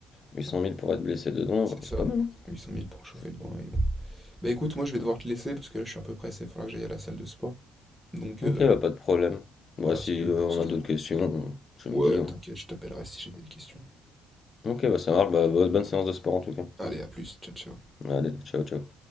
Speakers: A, on the left (about 25°); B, in the centre.
A: huit cent
B: Voilà,
A: mille pour être blessé deux ans,
B: c'est ça.
A: c'est pas mal. hein.
B: 800 000 pour chauffer
A: C'est-
B: le banc et bon. Bah écoute, moi je vais
A: hmm.
B: devoir te laisser parce que là je suis un peu pressé, il va falloir que j'aille à la salle de sport. Donc
A: Ok,
B: euh,
A: bah pas de problème. Bah
B: voilà,
A: si
B: si tu veux,
A: euh, on
B: si tu
A: a d'autres
B: veux.
A: questions, tu me
B: Ouais,
A: dis. hein.
B: t'inquiète, je t'appellerai si j'ai des questions.
A: Ok, bah ça marche, bah bonne bonne séance de sport en tout cas.
B: Allez, à plus, ciao ciao.
A: Allez, ciao, ciao.